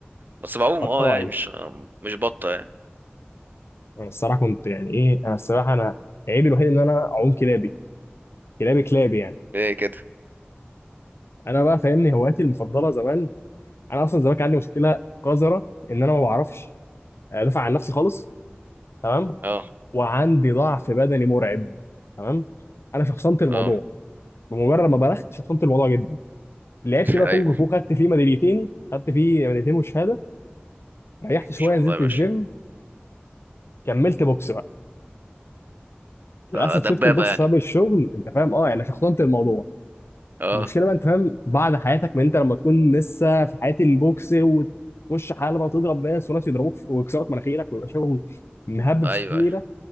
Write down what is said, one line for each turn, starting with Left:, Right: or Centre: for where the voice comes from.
Right: بس بعوم
Left: قطاعي
Right: اه يعني مش آه، مش بطة يعني
Left: انا الصراحه كنت يعني ايه انا الصراحه انا عيبي الوحيد ان انا اعوم كلابي كلابي كلابي يعني
Right: ايه كده
Left: انا بقى فاهمني هواياتي المفضله زمان انا اصلا زمان كان عندي مشكله قذره ان انا ما بعرفش ادافع عن نفسي خالص تمام
Right: اه
Left: وعندي ضعف بدني مرعب تمام انا شخصنت الموضوع
Right: اه
Left: بمجرد ما بلغت شخصنت الموضوع جدا لعبت
Right: <laughs>
Left: بقى
Right: ايوه
Left: كونج فو خدت فيه ميداليتين خدت فيه ميداليتين وشهاده ريحت
Right: ان
Left: شويه
Right: شاء
Left: نزلت
Right: الله يا باشا
Left: الجيم كملت بوكس بقى للاسف
Right: آه، دبابة
Left: سبت البوكس
Right: يعني
Left: بسبب الشغل انت فاهم اه يعني شخصنت الموضوع
Right: اه
Left: المشكله بقى انت فاهم بعد حياتك ما انت لما تكون لسه في حياه البوكس وتخش حلبه وتضرب ناس وناس يضربوك في- ويكسروك مناخيرك ويبقى شغل مهبب
Right: ايوه
Left: ستين
Right: أيوة.
Left: نيره